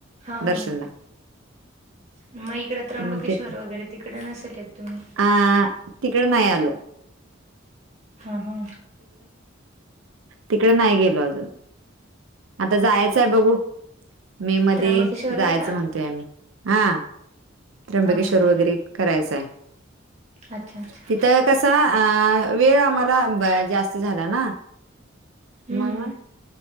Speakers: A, on the right; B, on the right.
A: हा हा
B: दर्शनला
A: हा. मग इकड त्र्यंबकेश्वर
B: मग ते
A: वगैरे तिकडे नसेल येत तुम्ही?
B: आ तिकडे नाही आलो
A: हा हा.
B: तिकडे नाही गेलो अजून आता जायचंय बघू. मे मध्ये
A: त्र्यंबकेश्वरला
B: जायाचं
A: का
B: म्हणतोय आम्ही हा त्र्यंबकेश्वर
A: हा हा
B: वगैरे करायचय
A: अच्छा अच्छा
B: तिथं कसा अ वेळ आम्हाला ब जास्त झाला ना
A: हम्म
B: म्हणून